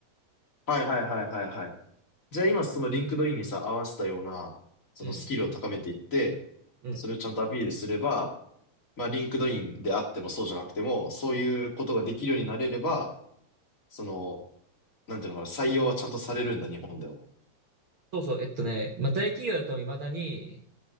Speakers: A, on the left; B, on the right.
A: はいはいはいはいはい。じゃあ今そのリンクドインにさ、合わせたような、そのスキルを高めていって、
B: うん、うん。
A: それをちゃんとアピールすれば、まあリンクドインであってもそうじゃなくても、そういうことができるようになれれば、その、なんていうのかな、採用はちゃんとされるんだ、日本でも。
B: そうそう、えっとね、まあ、大企業だと未だに、